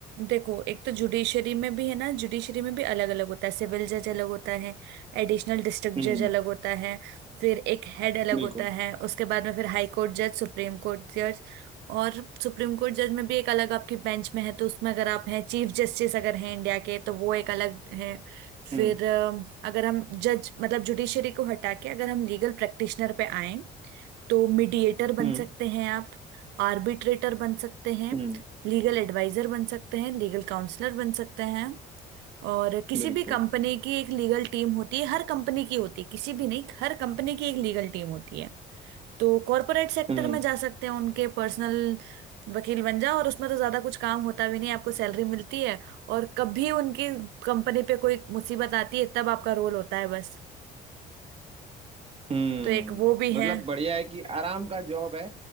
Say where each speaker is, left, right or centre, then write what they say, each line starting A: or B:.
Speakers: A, on the right; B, on the right.
A: देखो एक तो जुडिशरी में भी है ना जुडिशरी में भी अलग अलग होता है सिविल जज अलग होता है एडिशनल डिस्ट्रिक्ट
B: हम्म
A: जज अलग होता है फिर एक हेड अलग
B: बिल्कुल
A: होता है उसके बाद में फिर हाई कोर्ट जज सुप्रीम कोर्ट जज और सुप्रीम कोर्ट जज में भी एक अलग आपकी बेंच में है तो उसमें अगर आप हैं चीफ जस्टिस अगर हैं इंडिया के तो वो एक अलग है
B: हम्म
A: फिर अम, अगर हम जज मतलब जुडिशरी को हटा के अगर हम लीगल प्रैक्टिशनर पे आए तो मीडिएटर बन
B: हम्म
A: सकते हैं आप आर्बिट्रेटर बन सकते हैं
B: हम्म
A: लीगल एडवाइजर बन सकते हैं लीगल काउंसलर बन सकते हैं और किसी
B: बिल्कुल
A: भी कंपनी की एक लीगल टीम होती है हर कंपनी की होती है किसी भी नहीं हर कंपनी की एक लीगल टीम होती है तो कॉरपोरेट सेक्टर
B: हम्म
A: में जा सकते हैं उनके पर्सनल वकील बन जाओ और उसमें तो ज्यादा कुछ काम होता भी नहीं आपको सैलरी मिलती है और कभी उनकी कंपनी पे कोई मुसीबत आती है तब आपका रोल होता है बस
B: हम्म
A: तो एक वो भी है
B: मतलब बढ़िया है कि आराम का जॉब है